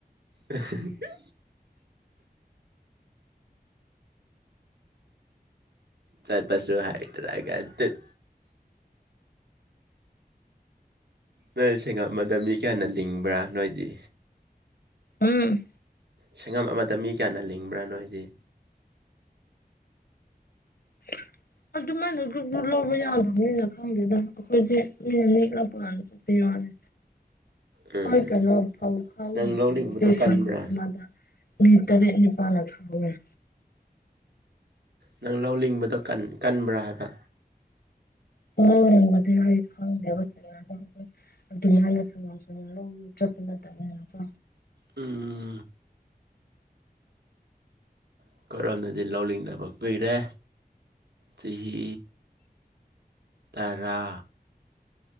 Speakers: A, on the right; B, on the left.
A: ꯑꯍꯦ ꯍꯦ ꯆꯠꯄꯁꯨ ꯍꯩꯇ꯭ꯔꯒ ꯇꯨꯠ ꯅꯣꯏ ꯁꯡꯉꯝ ꯑꯃꯗ ꯃꯤ ꯀꯌꯥꯅ ꯂꯤꯡꯕ꯭ꯔꯥ ꯅꯣꯏꯗꯤ
B: ꯎꯝ
A: ꯁꯡꯉꯝ ꯑꯃꯗ ꯃꯤ ꯀꯌꯥꯅ ꯂꯤꯡꯕ꯭ꯔ ꯅꯣꯏꯗꯤ
B: <inaudible> ꯑꯗꯨꯃꯥꯏꯅ ꯒ꯭ꯔꯨꯞ ꯒ꯭ꯔꯨꯞ ꯂꯧꯕ ꯌꯥꯗꯕꯅꯤꯅ ꯈꯪꯗꯦꯗꯥ ꯑꯈꯣꯏꯗꯤ ꯃꯤꯅ ꯅꯦꯛꯂ ꯄꯨꯔꯛꯑꯅꯤ ꯄꯤꯋꯣꯅꯦ
A: ꯎꯝ ꯎꯝ
B: ꯑꯩ ꯀꯩꯅꯣ ꯐꯧ ꯈꯥꯏꯕ
A: ꯅꯪ
B: ꯃꯇꯝꯗꯗꯤ
A: ꯂꯧ ꯂꯤꯡꯕꯗꯣ ꯀꯟꯕ꯭ꯔꯥ
B: ꯁꯡꯉꯝ ꯑꯃꯗ ꯃꯤ ꯇꯔꯦꯠ ꯅꯤꯄꯥꯥꯜꯅ ꯁꯨꯅꯩ
A: ꯅꯪ ꯂꯧ ꯂꯤꯡꯕꯗꯣ ꯀꯟ ꯀꯟꯕ꯭ꯔ ꯍꯥꯏꯕ꯭ꯔ
B: ꯂꯧ ꯂꯤꯡꯕꯗꯤ ꯑꯩ ꯈꯪꯗꯦꯕ ꯖꯒꯥꯗꯣ ꯑꯗꯨꯃꯥꯏꯅ ꯁꯡꯉꯝ ꯁꯡꯉꯝ ꯂꯧ ꯆꯠꯄ ꯅꯠꯇꯕꯅꯤꯅꯀꯣ
A: ꯎꯝ ꯑꯩꯈꯣꯏꯔꯣꯝꯗꯗꯤ ꯂꯧ ꯂꯤꯡꯗꯕ ꯀꯨꯏꯔꯦ ꯆꯍꯤ ꯇꯔꯥ